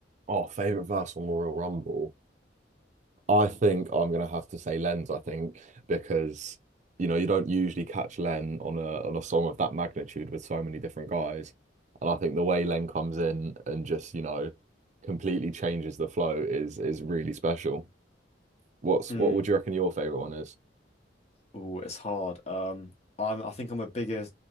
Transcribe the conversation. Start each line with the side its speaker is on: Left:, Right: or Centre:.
Right: Oh, favorite verse from Royal Rumble. I think I'm gonna have to say Len's, I think, because you know, you don't usually catch Len on a on a song of that magnitude with so many different guys. And I think the way Len comes in and just, you know, completely changes the flow is is really special. What's
Left: Mm.
Right: what would you reckon your favorite one is?
Left: Oh, it's hard. Um, I'm I think I'm a bigger